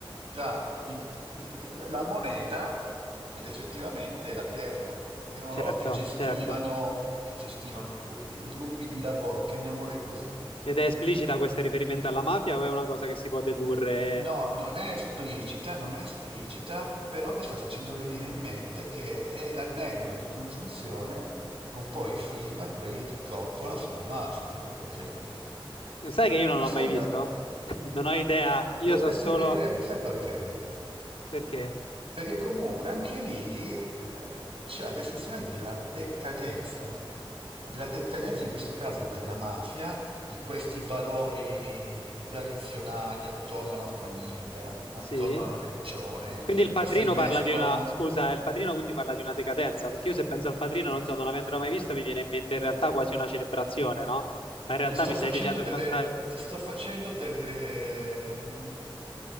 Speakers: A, on the right; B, on the left.
A: tra il- il- la moneta ed effettivamente la terra. Erano
B: certo,
A: loro che gestivano,
B: certo.
A: che gestivano i gruppi, i gruppi di lavoro, chiamiamoli così.
B: Ed è esplicita questo riferimento alla mafia o è una cosa che si può dedurre
A: No, non è esplicita, non è esplicita, però mi sta facendo venire in mente che è l'anello di congiunzione con poi i film, quelli di Coppola sulla mafia, tipo Il Padrino.
B: Sai che io non
A: Sei
B: l'ho mai
A: una...
B: visto? <laughs> Non ho idea, io
A: Dovresti
B: so solo
A: vederlo, sai perché?
B: perché.
A: Perché comunque anche lì eh, c'è la descrizione della decadenza, della decadenza in questo caso della mafia di questi valori tradizionali attorno alla famiglia, attorno
B: Sì.
A: alla religione,
B: Quindi il padrino
A: che si mescolano
B: parla di una... Scusa, eh, il padrino quindi parla di una decadenza, perché io se penso al padrino, non so, non avendolo mai visto, mi viene in mente in realtà quasi una celebrazione, no? Ma in realtà
A: Ti sto
B: mi
A: facendo
B: stai dicendo
A: delle,
B: il contrario.
A: ti sto facendo delle, mm,